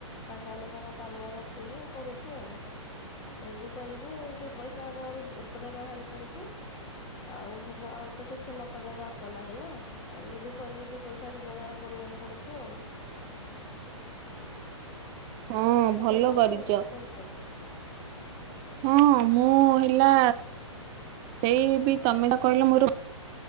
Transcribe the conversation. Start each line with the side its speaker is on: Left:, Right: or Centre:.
Left: ତାଙ୍କମାନଙ୍କର କାମ ରଖିକି କରୁଛି ଆଉ ।ସେମିତି କରିକି ଦି ପଇସା ହେବ ର ଏପଟେ ବାହାରି ପଡୁଛି ଆଉ ଆଉ ତ କିଛି ନକ ବାଟ ନାହିଁ ନା ଏମିତି କରିକି ଦିଇ ପଇସା ରୋଜଗାର କରିବାକୁ ପଡୁଛି ଆଉ।
Right: ହଁ
Left: ଆଉ ତମେ
Right: ଭଲ
Left: କଣ
Right: କରିଛ
Left: କର କରିପାରିବେ?
Right: ହଁ ମୁଁ ହେଲା ସେଇ ବି ତମେ କହିଲ ମୋର